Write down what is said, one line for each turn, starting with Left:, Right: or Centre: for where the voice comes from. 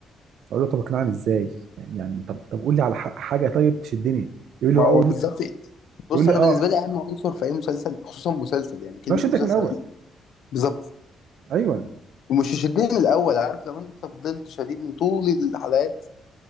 Right: فاقول له طب اقنعني ازاي يعني يعني طب طب قول لي على ح- حاجه طيب تشدني يقول
Left: ما
Right: لي هو
Left: هو
Right: اول
Left: بالظبط
Right: موسم
Left: بص
Right: يقول لي
Left: انا
Right: اه
Left: بالنسبه لي اهم عنصر في اي مسلسل خصوصا مسلسل يعني كلمه
Right: ما شدك
Left: مسلسل
Right: من الاول
Left: دي بالظبط
Right: ايوه
Left: ومش يشدني من الاول عارف لو انت فضلت شديدني طول الحلقات